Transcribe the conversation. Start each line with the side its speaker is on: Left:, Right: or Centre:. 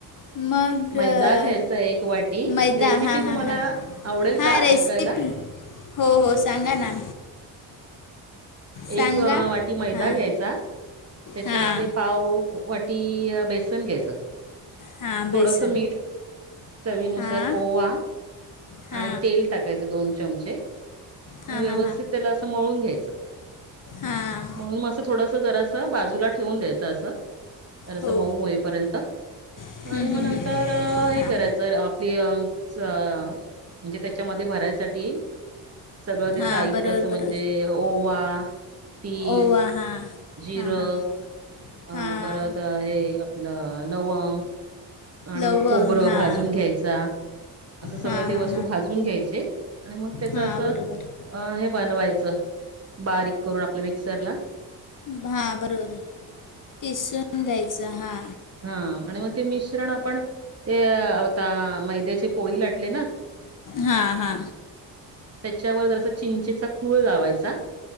Left: मग?
Right: मैदा
Left: अ,
Right: घ्यायचा एक वाटी
Left: मैदा
Right: रेसिपी
Left: हां हां
Right: तुम्हाला
Left: हां
Right: आवडेल
Left: हां
Right: का
Left: रेसिपी
Right: ऐका कायला
Left: हो हो सांगा ना. सांगा
Right: एक वाटी मैदा
Left: हां
Right: घ्यायचा त्याच्यामध्ये
Left: हां
Right: पाव वाटीय बेसन घ्यायचं.
Left: हां बेसन
Right: थोडस मीठ चवीनुसार
Left: हां
Right: ओवा
Left: हां
Right: आणि तेल टाकायचे दोन चमचे आणि
Left: हां
Right: व्यवस्थित
Left: हां
Right: त्याला असं मळून घ्यायचं.
Left: हा.
Right: मळून मग असं थोडस जरास बाजूला ठेवून द्यायचं असं जरास
Left: हो
Right: मऊ होईपर्यंत आणि
Left: हं,
Right: मग
Left: हं,
Right: नंतर
Left: हं.
Right: ते
Left: हां
Right: हे करायचं आपल अ म्हणजे त्याच्यामध्ये भरायसाठी सगळं ते
Left: हां
Right: साहित्य
Left: बरोबर
Right: अस म्हणजे
Left: बरोबर
Right: ओवा तीळ
Left: ओवा हां
Right: जिरं
Left: हां हां हां
Right: अ परत हे आपलं लवंग आणि
Left: लवंग
Right: मग खोबरं
Left: हां
Right: भाजून घ्यायचा. असं सगळं
Left: हां
Right: ते
Left: हां
Right: वस्तू भाजून घ्यायचे आणि मग त्याच
Left: हां
Right: असं
Left: बरोबर
Right: अ हे बनवायचं बारीक करून आपलं मिक्सरला.
Left: भा बरोबर किसून घ्यायच हा
Right: हा आणि मग ते मिश्रण आपण ते आता मैद्याचे पोळी लाटले ना
Left: हा हा.
Right: त्याच्यावर जरसा चिंचेचा कोळ लावायचा.